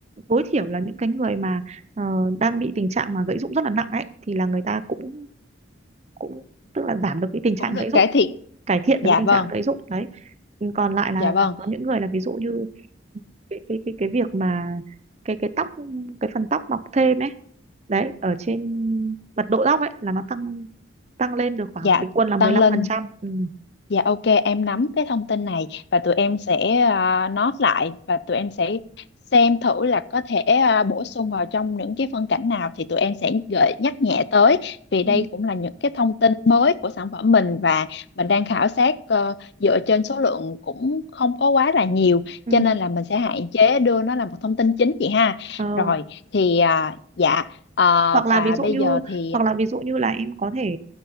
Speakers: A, on the right; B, on the left.
A: tối thiểu là những cái người mà ờ, đang bị tình trạng mà gãy rụng rất là nặng ấy thì là người ta cũng cũng tức là giảm được cái tình trạng
B: cũng được
A: gãy rụng
B: cải thiện
A: cải thiện
B: dạ
A: được cái tình
B: vâng
A: trạng gãy rụng đấy còn lại là
B: dạ vâng
A: có những người là ví dụ như cái cái cái cái việc mà cái cái tóc cái phần tóc mọc thêm ấy đấy ở trên mật độ tóc ấy là nó tăng tăng lên được khoảng
B: dạ
A: bình quân là 15%
B: tăng lên
A: ừ.
B: Dạ ok em nắm cái thông tin này và tụi em sẽ ờ, note lại và tụi em sẽ xem thử là có thể ờ, bổ sung vào trong những cái phân cảnh nào thì tụi em sẽ gợi nhắc nhẹ tới vì
A: Ừ.
B: đây cũng là những cái thông tin mới của sản phẩm mình và mình đang khảo sát ờ, dựa trên số lượng cũng không có quá là nhiều
A: ừ.
B: cho nên là mình sẽ hạn chế đưa nó là một thông tin chính chị ha.
A: Ờ,
B: Rồi thì ờ, dạ ờ,
A: hoặc là
B: và
A: ví dụ
B: bây
A: như
B: giờ thì
A: hoặc là ví dụ như là em có thể